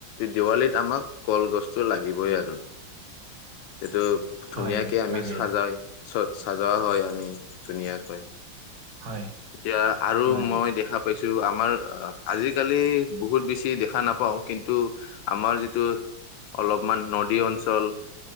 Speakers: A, on the left; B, on the right.
A: দেৱালীত আমাক কলগছটো লাগিবই আৰু। সেইটো ধুনীয়াকে
B: হয়,
A: আমি
B: লাগে,
A: সাজাই চ চাজোৱা হয় আমি ধুনীয়াকৈ।
B: হয়,
A: এতিয়া আৰু
B: হয়,
A: মই দেখা পাইছো। টো আমাৰ আজিকালি বহুত বেছি দেখা নাপাওঁ কিন্তু আমাৰ যিটো অলপমান নদী অঞ্চল